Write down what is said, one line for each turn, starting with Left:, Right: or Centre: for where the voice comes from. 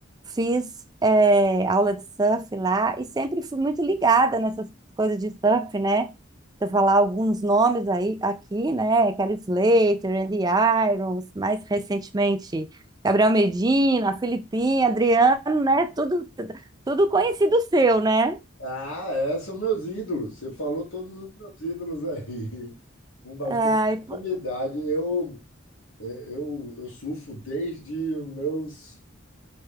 Right: Fiz é, aula de surf lá e sempre fui muito ligada nessas coisas de surf, né? Se eu falar alguns nomes aí aqui, né? Kelly Slater, Andy Irons, mais recentemente Gabriel Medina, Filipinha, Adriano, né? Tudo, tudo conhecido seu, né?
Left: Ah, é, são meus ídolos. Você falou todos os meus ídolos aí, <laughs> com bastante
Right: Ai,
Left: intimidade.
Right: pô-
Left: Eu, eu, eu surfo desde os meus